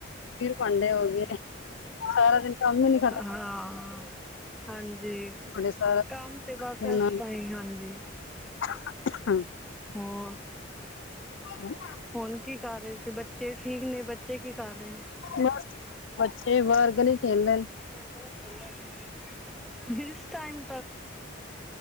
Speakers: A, on the left; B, in the centre.
A: ਫਿਰ ਭਾਂਡੇ ਹੋ ਗਏ, ਸਾਰਾ ਦਿਨ ਕੰਮ ਹੀ ਨੀ ਖਤਮ
B: ਹਾਂ,
A: ਹੁੰ
B: ਹਾਂਜੀ
A: ਬੜੇ ਸਾਰਾ ਦਿਨ
B: ਕੰਮ
A: ਬੱਚਿਆਂ
B: ਤੇ ਬਸ ਇਸ
A: ਨਾਲ
B: ਤਰਾਂ ਹੀ, ਹਾਂਜੀ।
A: <unintelligible>
B: ਹੋਰ।
A: ਹੂੰ
B: ਹੁਣ ਕੀ ਕਰ ਰਹੇ ਸੀ। ਬੱਚੇ ਠੀਕ ਨੇ ਬੱਚੇ ਕੀ ਕਰ ਰਹੇ ਨੇ।
A: ਬਸ ਬੱਚੇ ਬਾਹਰ ਗਲੀ ਖੇਲਦੇ ਨੇ।
B: ਚਲੋ ਖੇਲੇ ਇਸ ਟਾਈਮ ਤੱਕ।